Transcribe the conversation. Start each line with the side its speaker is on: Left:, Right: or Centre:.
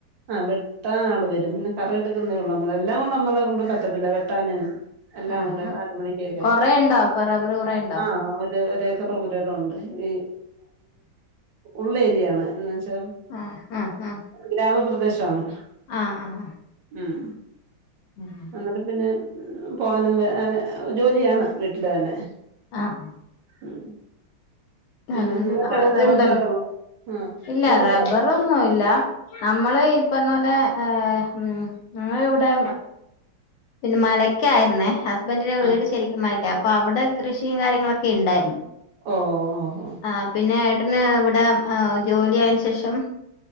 Right: ആഹ് വെട്ടാ ആള് വരും പിന്നെ കറ എടുക്കുന്നേ ഉള്ളൂ നമ്മളെല്ലാം കൊണ്ട് നമ്മളെ കൊണ്ട് പറ്റത്തില്ല വെട്ടാന് എല്ലാം
Left: ആഹ്
Right: കൂടെ
Left: ആഹ്
Right: നാല് മണിക്കൊക്കെ
Left: കൊറേ ഉണ്ടോ അപ്പൊ റബ്ബർ കൊറേ ഉണ്ടോ
Right: ആഹ് ഒര് ഒരെഏക്കറ പുരയിടമുണ്ട് ഈ ഉള്ളേഏരിയയാണ് എന്ന് വെച്ചാ
Left: ആഹ് ആഹ് ആഹ്
Right: ഗ്രാമപ്രദേശണ്
Left: ആഹ് ആഹ് ആഹ്
Right: ഉം
Left: ഉം
Right: എന്നിട്ട് പിന്നെ പോകാനും വ ജോലിയാണ് വീട്ടില് തന്നെ
Left: ആഹ്
Right: ഉം പിന്നെ
Left: അതൊണ്ട്
Right: നിങ്ങൾക്ക്
Left: അത്ണ്ടല്ലോ
Right: എങ്ങനെ റബ്ബറൊക്കെ ഉള്ള ആഹ്
Left: ഇല്ല
Right: നിങ്ങൾക്ക്
Left: റബ്ബറൊന്നുംഇ
Right: റബ്ബർ
Left: ല്ല നമ്മള് ഇപ്പറഞ്ഞ പോലെ ഏ ഉം ഞങ്ങളെ ഇവിടെ പിന്നെ മലക്കായിരുന്നേ ഹസ്ബന്റിന്റെ വീട്
Right: ആഹ്
Left: ശരിക്കും മലക്ക അപ്പൊ അവിടെ കൃഷിയും കാര്യങ്ങളൊക്കെ ഇണ്ടായിരുന്നു
Right: ഓഹ് ഓഹ് ഒഹ്
Left: ആ പിന്നെ ഏട്ടന് ഇവിടെഏ ജോലിയതിന് ശേഷം